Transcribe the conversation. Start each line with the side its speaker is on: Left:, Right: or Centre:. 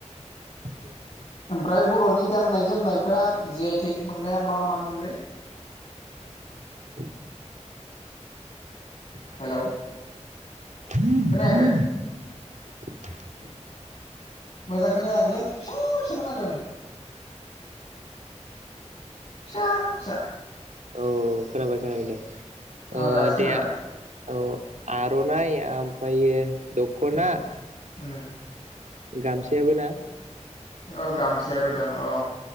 Right: थानानै फरायाबाबो।
Left: ओमफ्राय बरनि गाननाय जोमनायफ्रा जि आइ थेक मोननाया मा मामोनलै?
Right: <unintelligible> आरोनो
Left: हेलौ
Right: <inaudible>
Left: खोनायाखै
Right: <unintelligible>
Left: मोजां खोनायाखैलै फिसा फिसा खोनादों। फिसा फिसा।
Right: औ खोनाबाय खोनाबायदे।
Left: अ
Right: ओह
Left: दासो
Right: देआ
Left: खोनादों
Right: औ। आरनाय ओमफायो। दखना।
Left: उम उम
Right: गामसायाबोना।
Left: औ गामसायाबोदं औ।